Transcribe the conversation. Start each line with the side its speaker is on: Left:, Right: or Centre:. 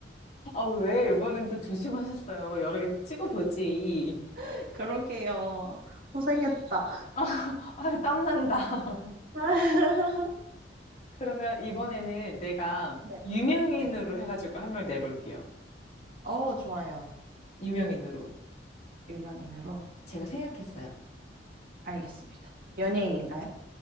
Left: 아, 왜? 이번엔 또 조심하셨어요. 여러 개 찍어보지.
Right: <laughs> 그러게요. 고생했다.
Left: <laughs> 아, 땀난다. <laughs>
Right: <laughs>
Left: 그러면 이번에는 내가
Right: 네,
Left: 유명인으로
Right: 네.
Left: 해가지고 한 명 내볼게요.
Right: 어, 좋아요.
Left: 유명인으로.
Right: 유명인으로.
Left: 제가 생각했어요.
Right: 알겠습니다. 연예인인가요?